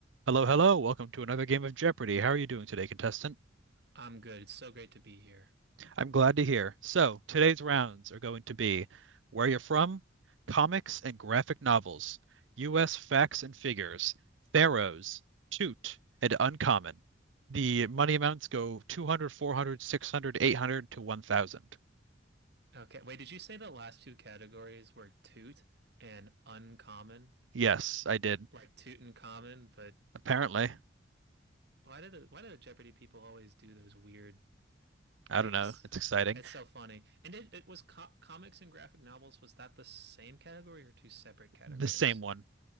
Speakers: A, on the right; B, on the right.
A: Hello, hello. Welcome to another game of Jeopardy. How are you doing today, contestant?
B: I'm good. It's so great to be here.
A: I'm glad to hear. So, today's rounds are going to be Where You're From, Comics and Graphic Novels, U.S. Facts and Figures, Pharaohs, Toot, and Uncommon. The money amounts go 200, 400, 600, 800 to 1,000.
B: Okay, wait, did you say the last two categories were toot and uncommon?
A: Yes, I did.
B: Like toot and common, but
A: Apparently.
B: why did the why do the Jeopardy people always do those weird
A: I
B: things?
A: don't know. It's exciting.
B: It's so funny. And it, it was co comics and graphic novels. Was that the same category or two separate categories?
A: The same one.